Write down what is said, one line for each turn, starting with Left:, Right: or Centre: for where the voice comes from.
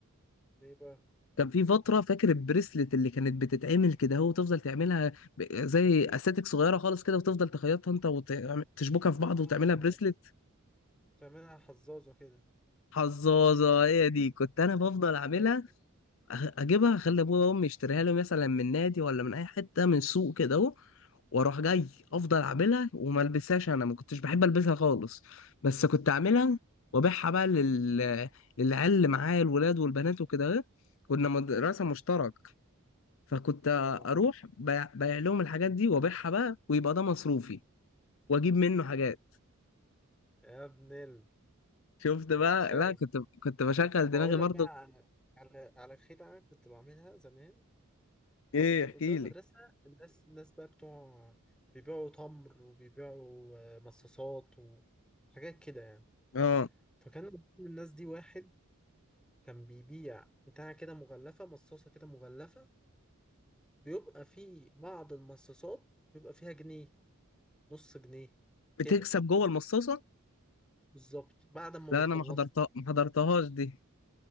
Centre: ليه بقى
Left: كان في فترة فاكر البريسلت اللي كانت بتتعمل كده هو تفضل تعملها ب- زي استاتيك صغيرة خالص كده وتفضل تخيطها انت وتشبكها في بعض
Centre: اه
Left: وتعملها بريسلت
Centre: بتعملها حظاظه كده
Left: حظاظة هي دي كنت انا بفضل اعملها
Centre: ايوه
Left: أ- اجيبها اخلي ابويا وامي يشتريها لي مثلا من نادي ولا من اي حتة من سوق كده اهو واروح جاي افضل اعملها وما البسهاش انا ما كنتش بحب البسها خالص بس كنت اعملها وابيعها بقى لل... للعيال اللي معايا الولاد والبنات وكده كنا مدرسة مشتركة فكنت
Centre: اه
Left: اروح بيع بيع لهم الحاجات دي وابيعها بقى ويبقى ده مصروفي واجيب منه حاجات
Centre: يا ابن ال
Left: شفت بقى
Centre: انت شقي
Left: لا كنت كنت بشغل
Centre: آه، طب
Left: دماغي
Centre: أقول
Left: برضو
Centre: لك بقى على على على خدعة كنت بعملها زمان ف-
Left: ايه
Centre: كان
Left: احكي
Centre: قدام المدرسة
Left: لي
Centre: الناس الناس بقى بتوع بيبيعوا تمر وبيبيعوا آه، مصاصات وحاجات كده يعني
Left: اه
Centre: فكان من ضمن الناس دي واحد كان بيبيع بتاع كده مغلفة مصاصة كده مغلفة بيبقى في بعض المصاصات بيبقى فيها جنيه نص جنيه
Left: بتكسب
Centre: كده
Left: جوه المصاصه
Centre: بالظبط بعد ما
Left: لا
Centre: بتخلصها
Left: انا ما حضرتها ما حضرتهاش دي